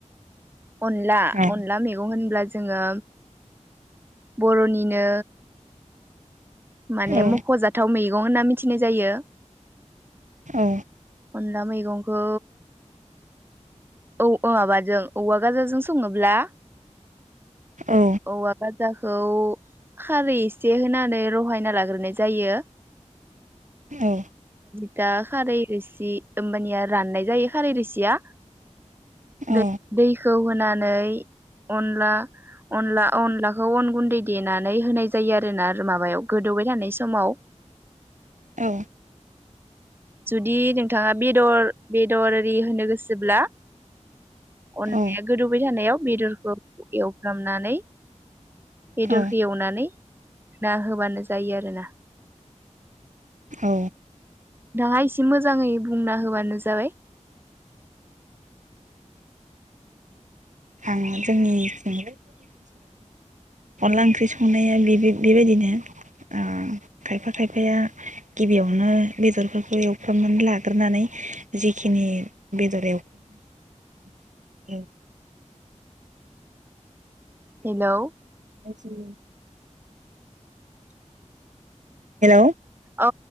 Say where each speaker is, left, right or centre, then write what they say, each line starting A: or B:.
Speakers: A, on the right; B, on the right.
A: अनला
B: औ
A: अनला मेगं होनब्ला जोङो बरनिनो माने
B: औ
A: मखजाथाव मैगं होन्ना मि मिथिनाय जायो।
B: औ
A: अनला मैगंखौ औ माबाजों औवा गाजाजों सङोब्ला
B: औ
A: औवा गाजाखौ खौ खारै एसे होनानै लहायना लाग्रोनाय जायो
B: औ
A: दा खारै रोसि ओमबानिया राननाय जायो खारै रोसिया
B: औ
A: दै-दैख खौ होनानै अनला-अनला-अनलाखौ अन गुन्दै देनानै होनाय जायो आरोना रो माबायाव गोदौबाय थानाय समाव
B: औ
A: जुदि नोंथाङा बेदर बेदर एरि होनो गोसोब्ला अननाया
B: औ
A: गोदौबाय थानायाव बेदरखौ एवफ्रामनानै बेदरखो
B: औ
A: एवनानै ना होबानो जायो आरो ना
B: औ
A: दाहा इसे मोजाङै बुंना होबानो जाबाय
B: हां जोंनि थिंबो <inaudible> ओनसोलावबो अनला ओंख्रि संनाया बे-बे- बेबायदिनो ओ खायफा खायफाया गिबियावनो बेदरफोरखौ एवफ्रामनानै लाग्रोनानै जिखिनि बेदर एव
A: हेलौ
B: आयसै हेलौ
A: अ